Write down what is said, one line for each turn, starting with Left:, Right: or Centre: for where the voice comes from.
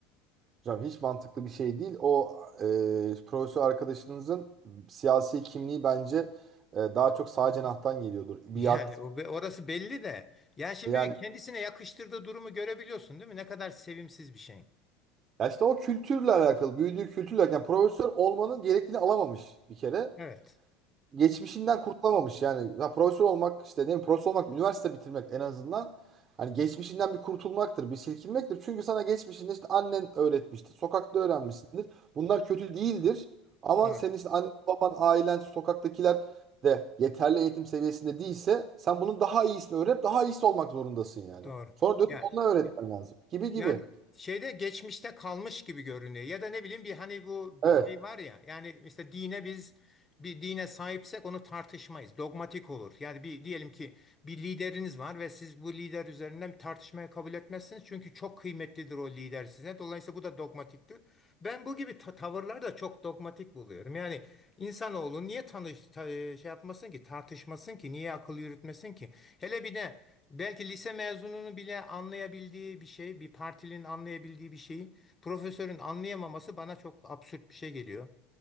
Right: Hocam hiç mantıklı bir şey değil. O e, profesör arkadaşınızın siyasi kimliği bence e, daha çok sağ cenahtan geliyordur. Biat
Left: <laughs> Yani o- orası belli de. Ya şimdi
Right: yani
Left: bir kendisine yakıştırdığı durumu görebiliyorsun, değil mi? Ne kadar sevimsiz bir şey.
Right: ya işte o kültürle alakalı, büyüdüğü kültürle yani profesör olmanın gerekliliğini alamamış bir kere.
Left: Evet.
Right: geçmişinden kurtulamamış yani. Ya profesör olmak işte ne bileyim, profesör olmak, üniversite bitirmek en azından hani geçmişinden bir kurtulmaktır, bir silkinmektir. Çünkü sana geçmişinde işte annen öğretmiştir, sokakta öğrenmişsindir. Bunlar kötü değildir. Ama
Left: Evet.
Right: senin işte annen, baban, ailen, sokaktakiler de yeterli eğitim seviyesinde değilse sen bunun daha iyisini öğrenip daha iyisi olmak zorundasın yani.
Left: Doğru.
Right: Sonra dönüp
Left: Yani,
Right: onunla öğretmen lazım. Gibi gibi.
Left: yani şeyde geçmişte kalmış gibi görünüyor. Ya da ne bileyim bir hani bu
Right: Evet.
Left: bir şey var ya. Yani mesela dine biz bir dine sahipsek onu tartışmayız. Dogmatik olur. Yani bir diyelim ki bir lideriniz var ve siz bu lider üzerinden bir tartışmaya kabul etmezsiniz. Çünkü çok kıymetlidir o lider size. Dolayısıyla bu da dogmatiktir. Ben bu gibi ta- tavırları da çok dogmatik buluyorum. Yani insanoğlu niye tanış ta- şey yapmasın ki, tartışmasın ki, niye akıl yürütmesin ki? Hele bir de Belki lise mezununu bile anlayabildiği bir şey, bir partilinin anlayabildiği bir şeyi profesörün anlayamaması bana çok absürt bir şey geliyor.